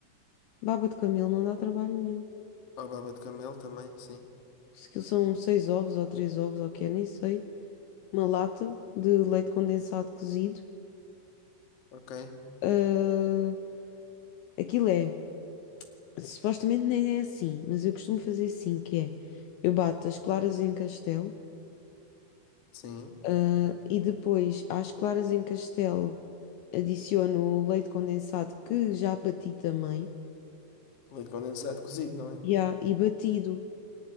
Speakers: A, on the left (about 75°); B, on the left (about 45°).
A: Baba de camelo não dá trabalho nenhum.
B: Ou baba de camelo também, sim.
A: Se aquilo são seis ovos ou três ovos ou o que é, nem sei. Uma lata de leite condensado cozido.
B: Ok,
A: Ah, aquilo é. Supostamente nem é assim, mas eu costumo fazer assim, que é, eu bato as claras em castelo,
B: sim.
A: ah, e depois às claras em castelo adiciono o leite condensado que já bati também,
B: Leite condensado cozido, não é?
A: e, há- e batido.